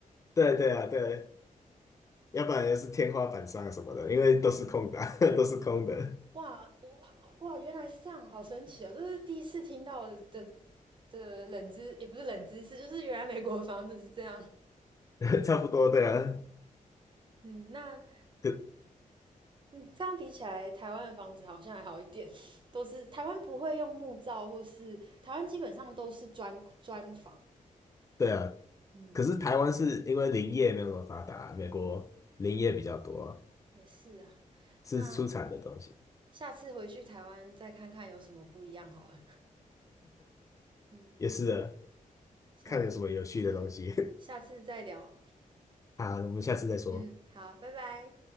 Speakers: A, on the left (about 25°); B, on the right (about 35°).
A: 对对啊，对，要不然就是天花板上什么的，因为都是空的啊 <laughs> 都是空的，
B: <laughs> 哇，我哇，原来是这样，好神奇啊、哦！这是第一次听到的的冷知，也不是冷知识，就是原来美国的房子是这样。
A: <laughs> 差不多，对啊，
B: 嗯，那
A: 可
B: 嗯，这样比起来，台湾的房子好像还好一点，<laughs> 都是台湾不会用木造，或是台湾基本上都是砖砖房。
A: 对啊，
B: 嗯，
A: 可是台湾是因为林业没有那么发达啊，美国林业比较多，
B: 也是啊。
A: 是出产的东西，
B: 那下次回去台湾再看看有什么不一样好了。嗯，
A: 也是的，
B: 下
A: 看有什么有趣的东西，
B: 嗯下次再聊。
A: <laughs> 好，我们下次再说。
B: 嗯，好，拜拜。